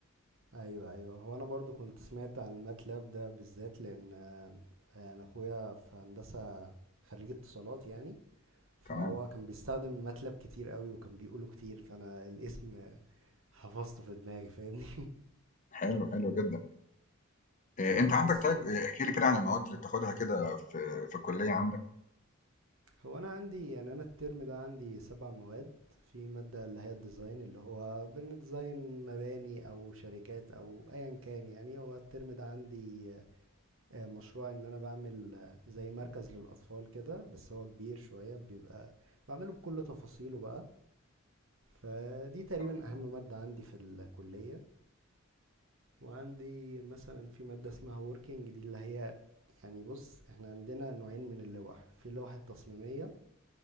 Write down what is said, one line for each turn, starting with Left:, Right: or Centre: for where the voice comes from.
Right: ايوه ايوه هو انا برضو كنت سمعت عن الماتلاب ده بالذات لان آه، انا اخويا في هندسه خريج اتصالات يعني فهو
Left: تمام،
Right: كان بيستخدم ماتلاب كتير قوي وكان بيقوله كتير فانا الاسم حفظته في دماغي فاهمني
Left: حلو، حلو جدًا. آآ أنت عندك
Right: <laughs> بس
Left: طيب
Right: آه،
Left: آآ احكِ لي كده عن المواد اللي بتاخدها كده في في الكلية عندك،
Right: هو انا عندي يعني انا الترم ده عندي سبع مواد في مادة اللي هي الديزاين اللي هو بنديزاين مباني او شركات او ايا كان يعني هو الترم ده عندي آه، مشروع ان انا بعمل آه، زي مركز للاطفال كده بس هو كبير شوية بيبقى بعمله بكل تفاصيله بقى فدي تقريبا
Left: تمام،
Right: اهم مادة عندي في الكلية وعندي مثلا في مادة اسمها working دي اللي هي يعني بص احنا عندنا نوعين من اللوح في لوحة تصميمية